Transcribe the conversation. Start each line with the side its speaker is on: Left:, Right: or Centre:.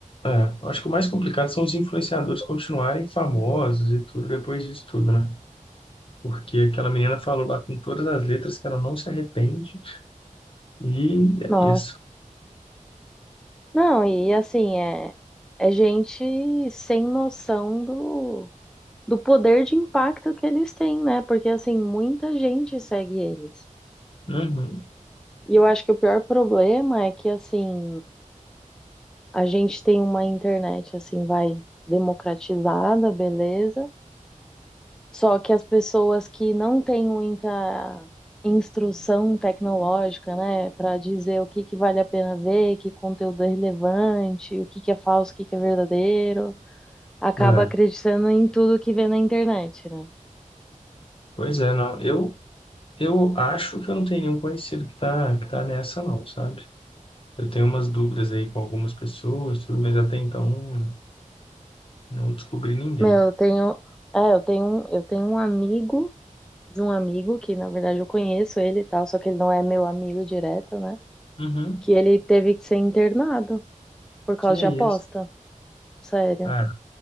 Left: é, eu acho que o mais complicado são os influenciadores continuarem famosos e tudo depois disso tudo, né? Porque aquela menina falou lá com todas as letras que ela não se arrepende e é
Centre: Nossa.
Left: isso.
Centre: Não, e assim, é, é gente sem noção do, do poder de impacto que eles têm, né? Porque, assim, muita gente segue eles.
Left: Uhum.
Centre: E eu acho que o pior problema é que, assim. A gente tem uma internet assim, vai democratizada, beleza? Só que as pessoas que não têm muita instrução tecnológica, né, para dizer o que que vale a pena ver, que conteúdo é relevante, o que que é falso, o que que é verdadeiro, acaba
Left: É,
Centre: acreditando em tudo que vê na internet, né?
Left: pois é, não. Eu, eu acho que eu não tenho nenhum conhecido que tá, que tá nessa, não, sabe? Eu tenho umas dúvidas aí com algumas pessoas, tudo, mas até então. né, Não descobri ninguém.
Centre: Meu, eu tenho, é, eu tenho, um- eu tenho um amigo de um amigo que na verdade eu conheço ele e tal, só que ele não é meu amigo direto, né?
Left: Uhum.
Centre: Que ele teve que ser internado por causa
Left: Que é
Centre: de aposta,
Left: isso?
Centre: sério.
Left: Ah,